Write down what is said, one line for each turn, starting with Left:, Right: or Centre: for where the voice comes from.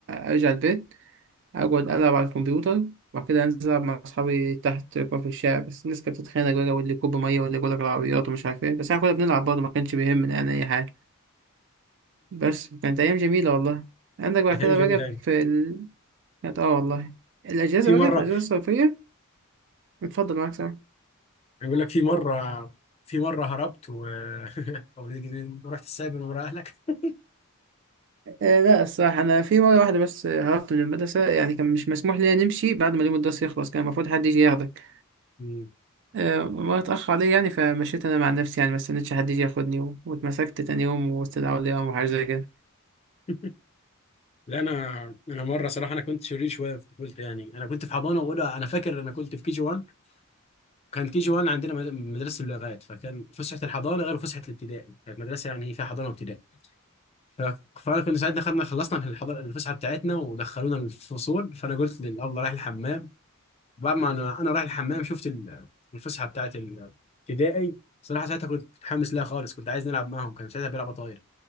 Right: ارجع البيت اقعد العب على الكمبيوتر وبعد كده انزل العب مع اصحابي تحت في الشارع بس الناس كانت بتتخانق بقى واللي يكب ميه واللي يقول لك العربيات ومش عارف ايه بس احنا كنا بنلعب برضه ما كانش بيهمنا يعني اي حاجه بس كانت ايام جميله والله عندك بعد
Left: كانت
Right: كده
Left: ايام جميلة
Right: بقى
Left: أوي.
Right: في ال... كانت اه والله الاجازه
Left: في
Right: بقى
Left: مرة
Right: في الاجازه الصيفيه اتفضل معاك سامح
Left: يقول لك في مرة في مرة هربت و... <laughs> أو دي- دي- دي- رحت السايبر ورا أهلك
Right: آه، لا الصراحة أنا في مرة واحدة بس آه، هربت من المدرسة يعني كان مش مسموح لنا نمشي بعد ما اليوم الدراسي يخلص كان المفروض حد يجي ياخدك
Left: مم.
Right: آه، مرة اتأخر عليا يعني فمشيت أنا مع نفسي يعني ما استنيتش حد يجي ياخدني و- واتمسكت تاني يوم واستدعوا لي يوم وحاجة زي كده
Left: <laughs> لا أنا أنا مرة صراحة أنا كنت شرير شوية في طفولتي يعني أنا كنت في حضانة وأولى أنا فاكر أنا كنت في كي جي 1 كان كي جي 1 عندنا مد- مدرسة اللغات فكان فسحة الحضانة غير فسحة الابتدائي كانت مدرسة يعني فيها حضانة وابتدائي ف... فأنا كنا ساعتها خدنا خلصنا الحضانة الفسحة بتاعتنا ودخلونا الفصول فأنا قلت للأبله رايح الحمام بعد ما انا انا رايح الحمام شفت ال- الفسحه بتاعت الابتدائي صراحه ساعتها كنت متحمس لها خالص كنت عايز نلعب معاهم كان ساعتها بيلعب طاير